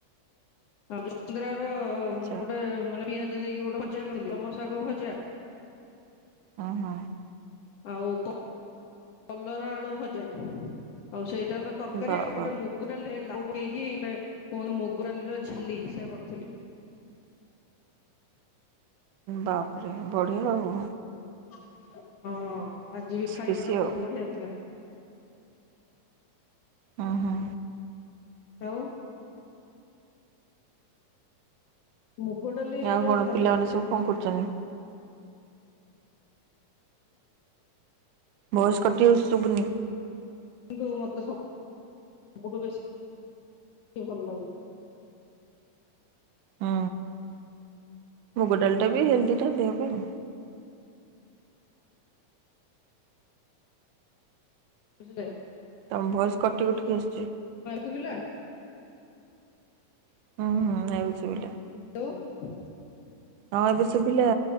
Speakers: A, on the left; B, on the right.
A: <unintelligible> ଗୋଟେ
B: ଆଚ୍ଛା
A: ମାନେ ଇ ଯଦି ଦେଇକି ଗୋଟେ ଭଜା କରିଥିଲି ବମସାଗ ଭଜା
B: ହଁ ହଁ <inaudible>
A: ଆଉ କ କଲରା ଆଳୁ ଭଜା ଆଉ ସେଇ। । ତାର ତରକାରୀ
B: ବା
A: ଆଉ ଗୋଟେ
B: ବା
A: ମୁଗ ଡାଲି ଲାଉ ପକେଇକି ଗୋଟେ କଣ ମୁଗ ଡ଼ାଲି ର ଛେଲି ହ ସୋ କରିଥିଲି
B: ବାପରେ ବଢ଼ିଆ ହୁ
A: <inaudible> ହଁ ଆଜି ବି ଖାଇବା
B: ଦେଶୀ
A: ଟା ବହୁତ
B: ଆଉ
A: ବଢିଆ ଥିଲା
B: ହଁ ହଁ।
A: ଆଉ। ମୁଗ ଡାଲି
B: ଆଉ
A: ର
B: କଣ
A: ଝାଲ
B: ପିଲାମାନେ ସବୁ କଣ କରୁଛନ୍ତୀ? ଭଏସ କଟିଯାଇଛି ସୁବୁନି।
A: କିନ୍ତୁ ମତେ ସବୁ ସବୁଠି ବେଶି ଭଲ ଲାଗେ।
B: ହୁଁ ମୁଗ ଡାଲ ଟା ବି ହେଲଦି ଟା ଦେହ ପାଇଁ।
A: ବୁଝିଲେ।
B: ତମ ଭଏସ କଟି କଟିକି ଆସିଚି।
A: ସୁବିଲା।
B: ହୁଁ ହୁଁ ଏବେ ଶୁଭିଲା।
A: <inaudible>
B: ହଁ ଏବେ ଶୁଭିଲା।